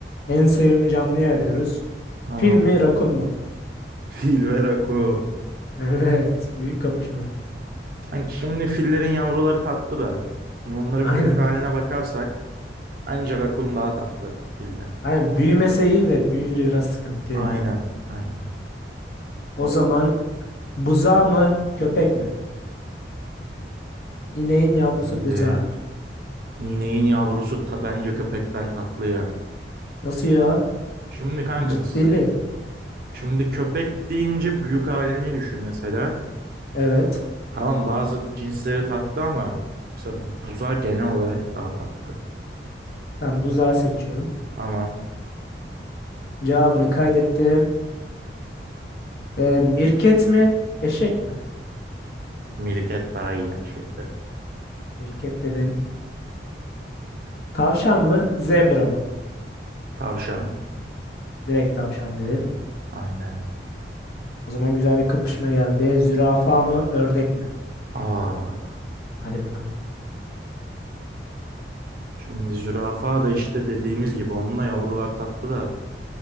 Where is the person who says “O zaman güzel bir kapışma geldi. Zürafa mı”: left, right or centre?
Left